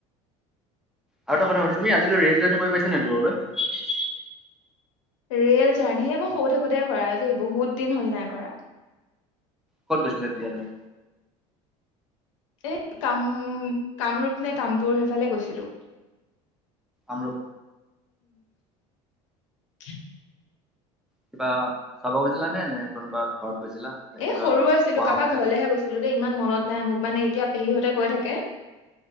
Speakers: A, in the centre; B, on the left (about 80°).
A: আৰু এটা কথা তুমি আজিলৈ ৰেল জাৰ্ণি কৰি পাইছা ন দূৰলৈ
B: ৰেল জাৰ্ণি সেই মই সৰুতে থাকোতে কৰা আৰু দেই বহুত দিন হ'ল নাই কৰা
A: কত গৈছিলা তেতিয়া তুমি
B: এ কাম কামৰূপ নে কামপুৰ সেইফালে গৈছিলো
A: আমৰ
B: উ <unintelligible>
A: কিবা চাব গৈছিলা নে নে কোনোবা ঘৰত গৈছিলা নে
B: এ
A: কিবা
B: সৰু আছিলো
A: পঢ়া
B: কাৰোবাক
A: শুনা তেনেকুৱা?
B: ঘৰলেহে গৈছিলো দেই ইমান মনত নাই মোক মানে এতিয়া পেহী সেয়ে কয় থাকে